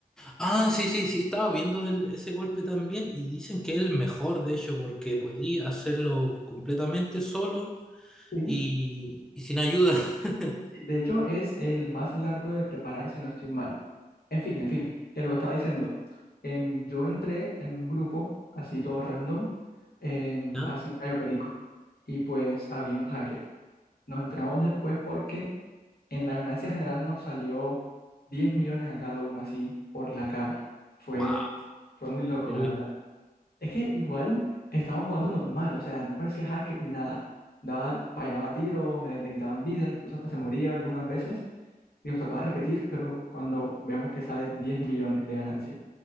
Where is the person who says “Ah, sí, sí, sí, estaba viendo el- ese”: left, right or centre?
Centre